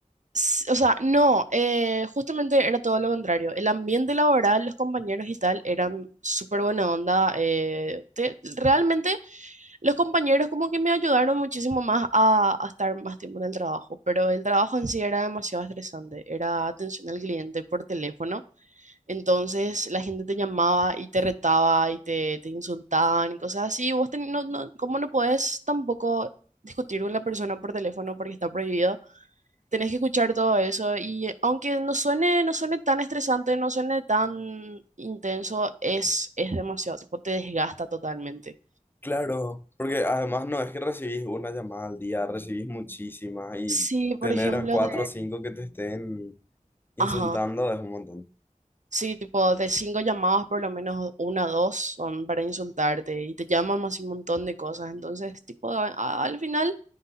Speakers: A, on the right (about 65°); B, on the left (about 15°).
A: s- o sea, no, eh, justamente era todo lo contrario. El ambiente laboral, los compañeros y tal, eran súper buena onda. eh, te- realmente los compañeros como que me ayudaron muchísimo más a, a estar más tiempo en el trabajo, pero el trabajo en sí era demasiado estresante. Era atención al cliente por teléfono. Entonces la gente te llamaba y te retaba y te, te insultaban y cosas así. Vos ten- no, no, como no podés tampoco discutir con la persona por teléfono porque está prohibido, tenés que escuchar todo eso y eh, aunque no suene, no suene tan estresante, no suene tan intenso, es, es demasiado, tipo, te desgasta totalmente.
B: Claro, porque además no es que recibís una llamada al día, recibís muchísimas y
A: Sí, por
B: tener
A: ejemplo,
B: a cuatro
A: de...
B: o cinco que te estén Insultando
A: Ajá.
B: es un montón.
A: Sí, tipo, de cinco llamadas, por lo menos una o dos son para insultarte y te llaman más y un montón de cosas. Entonces, tipo, a- a- al final